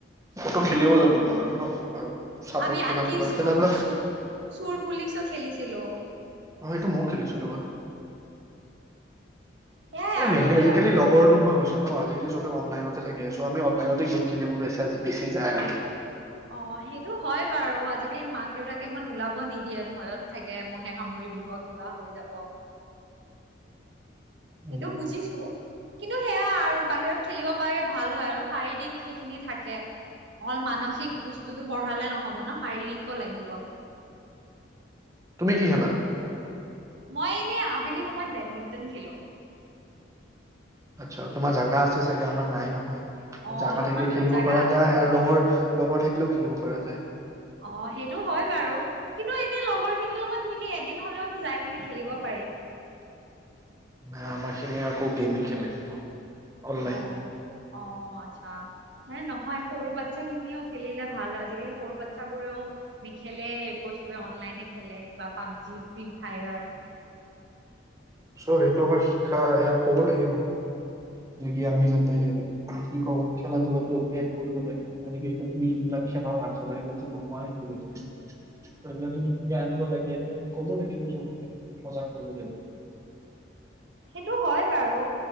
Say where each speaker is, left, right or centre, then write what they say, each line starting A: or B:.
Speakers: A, on the right; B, on the right.
A: কত খেলও যাব নোৱাৰা ন। আৰু চাটত
B: আমি
A: খেলা
B: আনকি
A: ক'ৰবাত
B: চোৰ
A: খেলা এইবিলাক
B: চ চোৰ পুলিচো খেলিছিলো।
A: অ', সেইটো ময়ো খেলিছিলো বাৰু।
B: সেয়াই
A: মানে
B: আৰু
A: মেইনলি
B: এতিয়া
A: আজিকালি লগৰ নোহোৱা হৈছে! ন আজিকালি চবে অনলাইনতে থাকে আছে আমি অনলাইনতে গেম খেলিব বেচা বেছি যায় আৰু
B: অ সেইটো হয় বাৰু আজি আজিকালি মাক দেউতাকে ইমান ওলাব নিদিয়ে ভয়ত থাকে মহে সামৰি দিব কিবা হৈ যাব। সেইটো
A: উম,
B: বুজিছো, কিন্তু সেয়া আৰু বাহিৰত খেলিব পাৰে ভাল হয় আৰু শাৰীৰিক সেইখিনি থাকে, অকল মানসিক বস্তুটো বঢ়ালে নহ'ব ন', শাৰীৰিককো লাগিব।
A: তুমি কি খেলা?
B: মই এনে আবেলি সময়ত বেডমিণ্টন খেলো।
A: আচ্ছা, তোমাৰ জাগা আছে চাগে আমাৰ নাই নহয়।
B: অ
A: জাগা
B: অলপমান
A: থাকিলে খেলিব
B: জাগা
A: পৰা
B: আছে।
A: যায় আৰু লগৰ লগৰ থাকিলে <unintelligible> খেলিব পৰা যায়।
B: অ', সেইটো হয় বাৰু, কিন্তু এনে লগৰ খিনিৰ লগত মিলি এদিন হ'লেওতো যায় পিনে খেলিব পাৰি।
A: নাই, আমাৰখিনি আকৌ গেমেই খেলে। অনলাইন।
B: অ' অ', আচ্ছা। হে নহয় সৰু বাচ্ছা খিনিও খেলিলে ভাল হয়। আজিকালি সৰু বাচ্ছাবোৰেও নেখেলে একো চবে অনলাইনে খেলে কিবা পাবজি ফ্ৰী ফায়াৰ
A: চ' সেইটো আমাৰ শিক্ষা এয়া ক'ব লাগিব নেকি আমি যাতে কি কওঁ খেলা-ধূলাটো এড কৰিব লাগে যেনেকে এতিয়া তুমি যোনবিলাক খেলাৰ নাম <unintelligible> নোহোৱাই হৈ গৈছে। সেইবিলাক যদি নতুনকৈ আনিব লাগে এতিয়া তুমি ক'ব লাগিব চবকে, সজাগ কৰিব লাগিব।
B: সেইটো হয় বাৰু